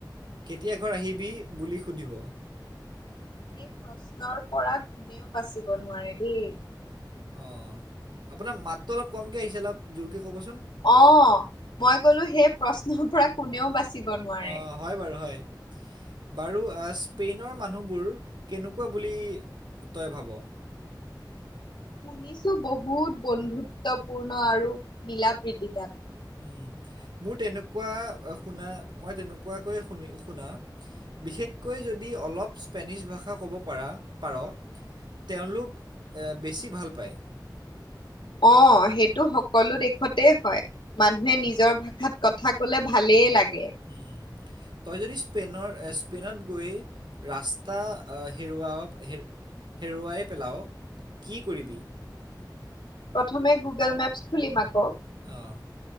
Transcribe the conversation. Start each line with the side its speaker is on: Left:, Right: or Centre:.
Right: কেতিয়া ঘৰ আহিবি বুলি সুধিব
Left: সেই প্ৰশ্নৰ পৰা কোনেও বাচিব নোৱাৰে দেই
Right: অঁ আপোনাৰ মাতটো অলপ কমকৈ আহিছে অলপ জোৰকৈ ক'বচোন
Left: অ মই কলো সেই প্ৰশ্নৰ পৰা কোনেও বাচিব নোৱাৰে
Right: অঁ হয় বাৰু হয় বাৰু স্পেইনৰ মানুহবোৰ কেনেকুৱা বুলি তই ভাব
Left: শুনিছো বহুত বন্ধুত্বপূৰ্ণ আৰু মিলা প্ৰীতি তাত
Right: ও মোৰ তেনেকুৱা শুনা মই তেনেকুৱাকৈ শুনি শুনা বিশেষকৈ যদি অলপ স্পেনিছ ভাষা ক'ব পাৰা পাৰ তেওঁলোক বেছি ভাল পায়
Left: অ সেইটো সকলো দেশতে হয় মানুহে নিজৰ ভাষাত কথা কলে ভালেই লাগে
Right: উম তই যদি স্পেনৰ স্পেইনত গৈ ৰাস্তা হেৰুৱাব হ হেৰুৱাই পেলাও কি কৰিবি
Left: প্ৰথমে গুগল মেপছ খুলিম আকৌ
Right: অঁ